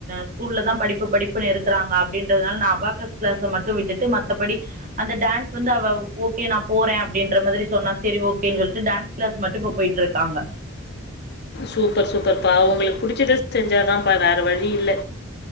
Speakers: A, on the right (about 40°); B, on the left (about 50°).
A: ஸ்கூல்ல தான் படிப்பு படிப்புன்ன இருக்கிறாங்க அப்படின்றதுனால நான் அபாக்கஸ் கிளாஸ் மட்டும் விட்டுட்டு மற்றபடி அந்த டான்ஸ் வந்து அவ ஓகே நா போறேன் அப்படின்ற மாதிரி சொன்னா சரி ஓகேன்னு சொல்லிட்டு டான்ஸ் கிளாஸ் மட்டும் இப்ப போயிட்டு இருக்காங்க
B: சூப்பர் சூப்பர் பா உங்களுக்கு புிடிச்சத செஞ்சாதான்ப்ப வேற வழி இல்ல